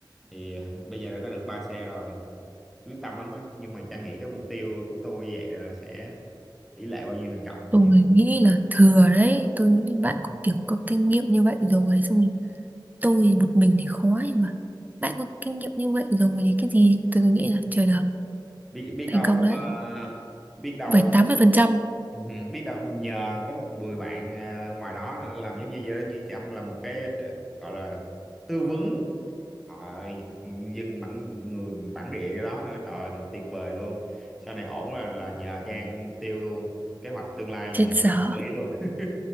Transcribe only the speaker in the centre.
thì <laughs> bây giờ đã có được ba xe rồi quyết tâm lắm á nhưng mà Trang nghĩ cái mục tiêu của tôi như vậy là sẽ tỷ lệ bao nhiêu thành công
nhỉ
biết biết
đâu
à, biết đâu
Ừ, biết đâu nhờ có một 10 bạn ờ, ngoài đó nữa làm giống như vậy đó, như Trâm là một cái tr- gọi là tư vấn trời ơi dân bản người bản địa đó nữa trời ơi, tuyệt vời luôn sau này ổn là là nhờ Trang mục tiêu luôn kế hoạch tương lai là
nhờ
Trang quản lý luôn